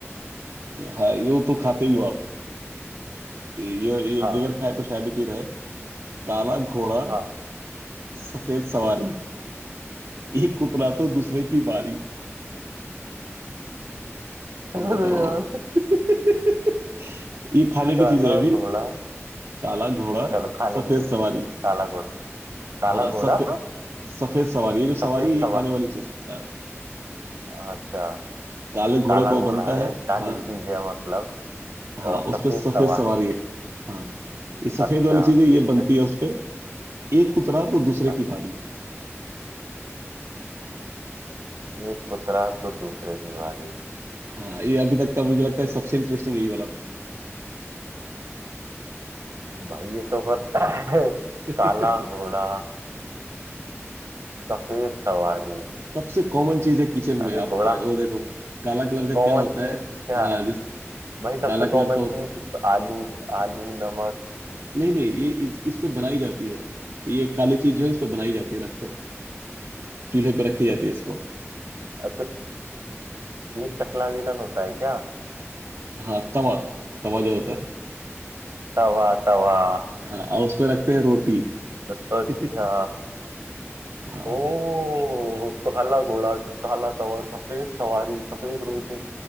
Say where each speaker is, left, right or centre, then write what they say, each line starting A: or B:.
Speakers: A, on the right; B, on the right.
A: हाँ यूं तो खाते ही हो आप ये ये
B: हाँ
A: बगैर खाए तो शायद ही कोई रहे काला घोड़ा
B: हाँ <laughs>
A: सफेद सवारी एक उतरा तो दूसरे की बारी
B: अरे
A: अब बताओ
B: यार
A: आप <laughs> ये खाने की
B: काला
A: चीज है अभी
B: घोड़ा
A: काला घोड़ा
B: चलो खाने
A: सफेद
B: की चीज
A: सवारी
B: काला घोड़ा काला
A: हाँ
B: घोड़ा
A: सफेद सफेद सवारी है जो सवारी
B: सफेद
A: है ये
B: सवारी
A: खाने वाली चीज है हाँ
B: अच्छा
A: काले घोड़े
B: काला
A: को
B: घोड़ा
A: बनता
B: है
A: है
B: काली
A: हाँ
B: चीज है मतलब
A: हाँ
B: और
A: उस
B: सफेद
A: पे सफेद
B: सवारी
A: सवारी है हाँ ये सफेद
B: अच्छा
A: वाली चीज है ये बनती
B: फिर
A: है उस पे एक उतरा तो दूसरे
B: अच्छा,
A: की बारी
B: एक उतरा तो दूसरे की बारी
A: हाँ ये अभी तक का मुझे लगता है सबसे इंटरेस्टिंग यही वाला था
B: भाई ये तो पर <clears throat> <laughs>
A: <laughs>
B: काला घोड़ा सफेद सवारी
A: सबसे कॉमन चीज है किचन
B: अरे
A: में आप
B: घोड़ा
A: वो देखो काला कलर
B: कॉमन
A: का क्या होता
B: चीज
A: है
B: क्या
A: हाँ
B: है
A: जिस
B: भाई सबसे
A: काला कलर
B: कॉमन
A: का हो-
B: चीज आलू आलू नमक
A: नहीं नहीं ये इस, इस पे बनाई जाती है ये काली चीज जो है इस पे बनाई जाती है रखकर चूल्हे पे रखी जाती है इसको
B: अच्छा ये चकला बेलन होता है क्या
A: हाँ तवा तवा जो होता है
B: तवा तवा
A: हाँ और उस पे रखते हैं रोटी
B: अच्छा
A: <laughs> हाँ
B: ओ काला घोड़ा काला तवा सफेद सवारी सफेद रोटी